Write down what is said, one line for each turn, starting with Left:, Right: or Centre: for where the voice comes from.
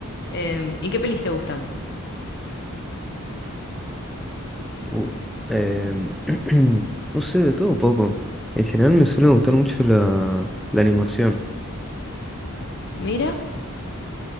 Left: Em, ¿y qué pelis te gustan?
Centre: U- em, <clears throat> no sé, de todo un poco. En general me suele gustar mucho la, la animación.
Left: Mira,